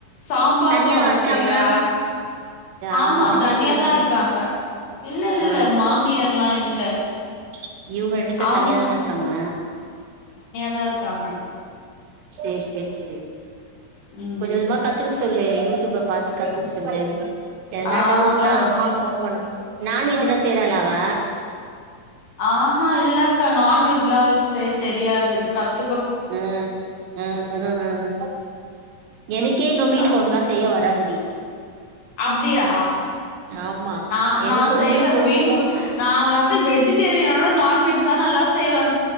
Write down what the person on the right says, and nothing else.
தனியாவா
இருக்காங்க
அவங்க
மாமியார்
கூட இருக்காங்களா
ஆ
ச <unintelligible> இவங்க ரெண்டு பேர்
தனியா தான இருக்காங்க
சேரி சேரி சேரி
கொஞ்ச கொஞ்சமா கத்துக்க சொல்லு யூ டூயூப பாத்து கத்துக்க சொல்லு எதனா
டவுட்
னா அம்மா ஃபோன் பண்ண நான்வெஜ் லா செய்றாளா அவ
உ உ உ எனக்கே இன்னு மீன்
குழம்புலா செய்ய வராது ஈ
ஆமா
எனக்கு
மீன் கொழம்புக்கு